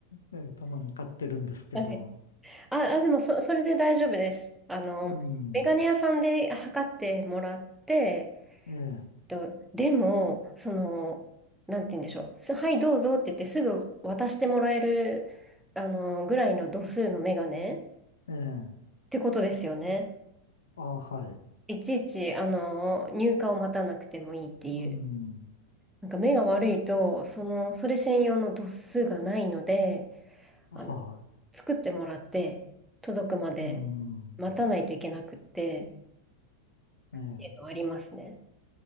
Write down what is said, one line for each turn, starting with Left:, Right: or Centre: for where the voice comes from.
Left: えーたまに買ってるんですけど、
Centre: はい。あ、あ、でもそ、それで大丈夫です。あの、
Left: うん、
Centre: メガネ屋さんで測ってもらって、
Left: ええ
Centre: と、でも、その、なんて言うんでしょう。すはい、どうぞって言ってすぐ渡してもらえる、あの、ぐらいの度数のメガネっ
Left: ええ
Centre: てことですよね。
Left: あ、はい。
Centre: いちいち、あの、入荷を待たなくてもいいっていう。
Left: うん。
Centre: なんか目が悪いと、その、それ専用の度数がないので、
Left: はい。
Centre: あの、作ってもらって、届くまで
Left: うん。
Centre: 待たないといけなくって、
Left: ええ。
Centre: っていうのはありますね。